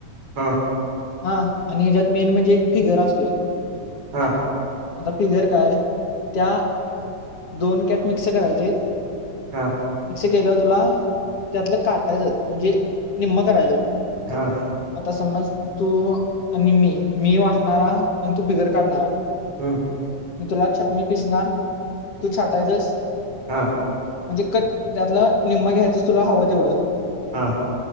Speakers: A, on the right; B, on the left.
A: हा.
B: हा आणि ह्याच्यात मेन म्हणजे एक फिगर असतोय.
A: हा.
B: आता फिगर काय त्या दोन कॅट मिक्स करायचे.
A: हा.
B: गेलं तुला त्यातलं काटायचं म्हणजे निम्म करायचं.
A: हां
B: आता समज तू आणि मी मी वाटणारा आणि तू बिगर काढणारा.
A: हम्म.
B: मी तुलाछ मी छपणी पिसणार तू छाटायचस.
A: हा.
B: म्हणजे कट त्यातला निम्मा घ्यायचंच तुला हवं तेवढ.
A: हा.